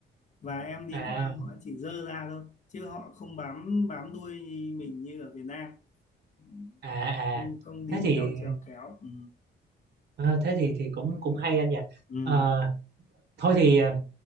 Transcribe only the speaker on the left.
và em đi
qua họ chỉ dơ ra thôi chứ họ không bám bám đuôi mình như ở Việt Nam Ừ,
không không đi
theo trèo kéo ừ.
Ừ,